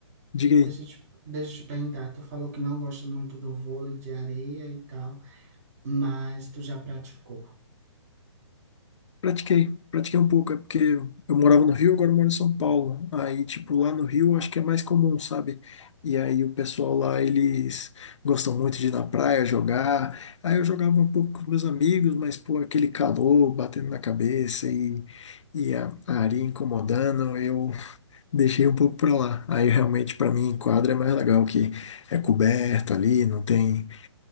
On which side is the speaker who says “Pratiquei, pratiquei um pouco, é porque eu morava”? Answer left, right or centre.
Left